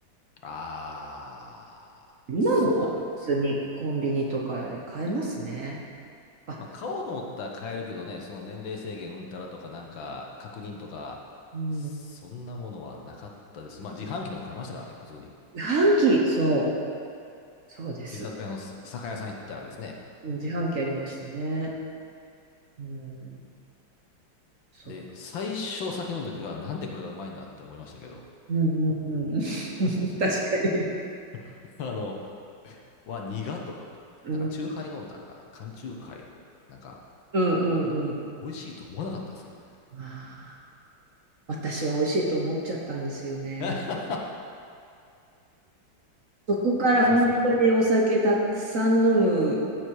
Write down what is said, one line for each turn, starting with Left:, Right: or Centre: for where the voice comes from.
Left: あー、
Right: 今も普にコンビニとかで買えますね。
Left: そうですね。
Right: あ、
Left: まあ顔のったら変えるけどね、その年齢制限うんたらとかなんか確認とか、
Right: うん。
Left: そんなものはなかったですし、まあ自販機でも買いましたからね、普通に。
Right: 自販機、そう、そうです。
Left: 居酒屋の酒屋さん行ったらですね、
Right: うん自販機ありましたね。うん、そう。
Left: で、最初酒飲んだ時は、なんでこれがうまいんだって思いましたけど、
Right: うんうんうん。<laughs> 確かに。
Left: <laughs> あの、は苦とかと思って、
Right: うん、
Left: なんか、チューハイ飲んだんかな、缶チューハイ、なんか、
Right: うんうんうん。
Left: 美味しいと思わなかったですけどね。
Right: まあー私は美味しいと思っちゃったんですよね。
Left: <laughs>
Right: そこから本当にお酒たくさん飲む
Left: さすが。